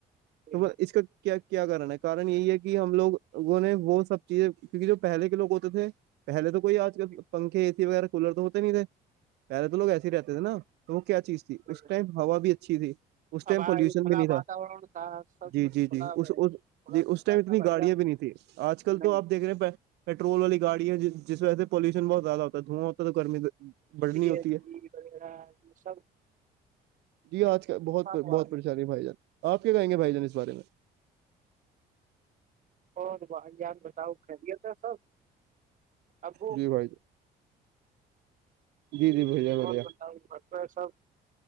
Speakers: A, on the right; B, on the right.
A: تو
B: جی،
A: وہ اس کا کیا کیا کارن ہے کن یہی ہے کہ ہم لوگوں نے وہ سب چیزیں کیونکہ جو پہلے کے لوگ ہوتے تھے پہلے تو کوئی آج کل
B: جی،
A: پنکھے اے سی وغیرہ کولر تو ہوتے نہیں تھے پہلے تو لوگ ایسے ہی رہتے تھے نا تو وہ کیا چیز تھی
B: بھائی
A: اس
B: جان۔
A: ٹائم ہوا بھی اچھی تھی اس ٹائم
B: اب آج
A: پالوشن
B: کھلا
A: بھی نہیں تھا
B: واتاورن تھا سب
A: جی
B: کچھ
A: جی
B: کھلا
A: جی اس
B: تھوڑا
A: جی اس
B: ملتا
A: اتنی
B: تھا بھائی
A: گاڑیاں
B: جان
A: بھی نہیں تیں آج کل
B: نہیں
A: تو آپ دیکھ رہے پٹرول والی گای جس وہ سے پالوشن بہتیادہ ہوتا دھواںں تو گرمی بڑھنی
B: سی
A: ہوتی
B: این
A: ہے
B: جی وغیرہ یہ سب
A: جی آج کل
B: نقصان
A: بہت
B: ہوا
A: بہت پریشانی ہے بھائی جان آپ کیا کہیں گے بھائی جان اس بارے میں
B: اور بہنجان بتاؤ خیرییت ہے سب ابو
A: جی بھائی جی جی جی بھیا بڑھیا
B: اور بتاؤ ب ہے سب